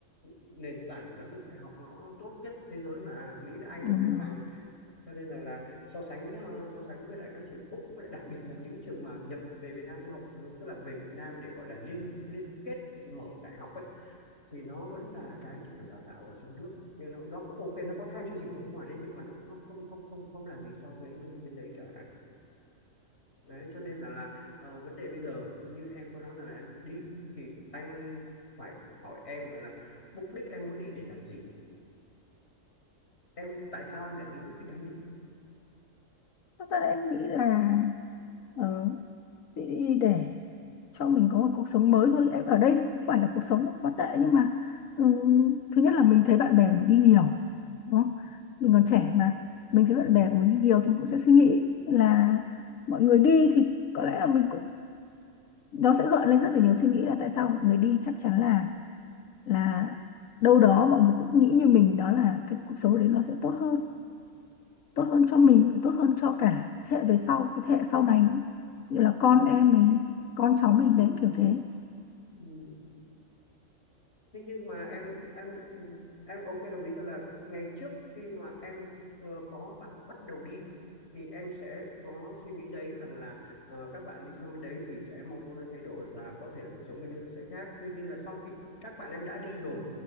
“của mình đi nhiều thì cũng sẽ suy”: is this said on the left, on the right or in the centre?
Left